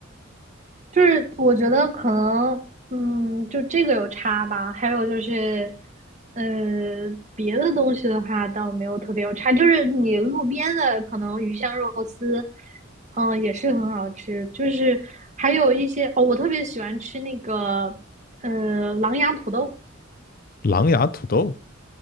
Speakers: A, on the right; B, on the left.
A: 就是我觉得可能，嗯，就这个有差吧。还有就是，呃，别的东西的话倒没有特别有差，就是你路边的可能鱼香肉丝，嗯，也是很好吃。就是还有一些哦，我特别喜欢吃那个，呃，狼牙土豆，
B: 狼牙土豆，